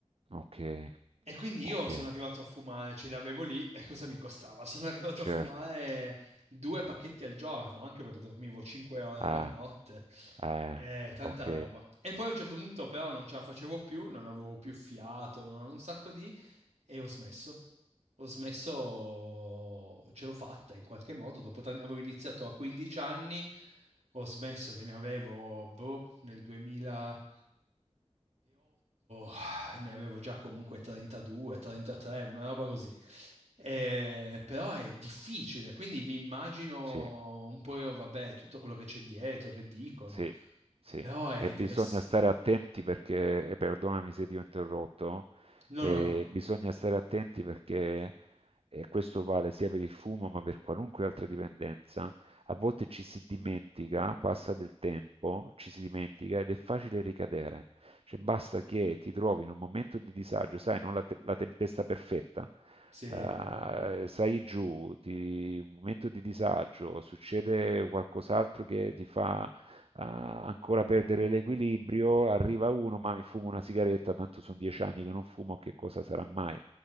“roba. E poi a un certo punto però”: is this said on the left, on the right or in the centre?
Right